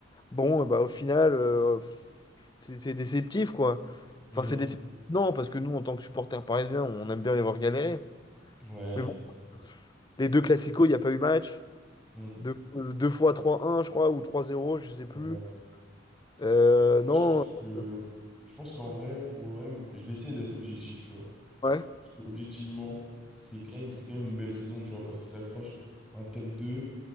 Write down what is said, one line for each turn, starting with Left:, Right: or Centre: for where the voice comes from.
Left: Bon, eh bah, au final, euh, c'est c'est déceptif, quoi.
Centre: Mm.
Left: Enfin, c'est déceptif. Non, parce que nous, en tant que supporters parisiens, on aime bien les voir galérer.
Centre: Ouais.
Left: Mais bon, les deux classicos, il n'y a pas eu match.
Centre: Mm.
Left: Deux, deux fois trois un je crois, ou trois zéro je sais plus.
Centre: Ouais.
Left: Euh, non,
Centre: Moi, je pense que
Left: euh,
Centre: je pense qu'en vrai, pour l'OM, je vais essayer d'être objectif, tu vois.
Left: ouais.
Centre: Je pense que objectivement, c'est quand même, c'est quand même une belle saison, tu vois, parce qu'ils accrochent un top 2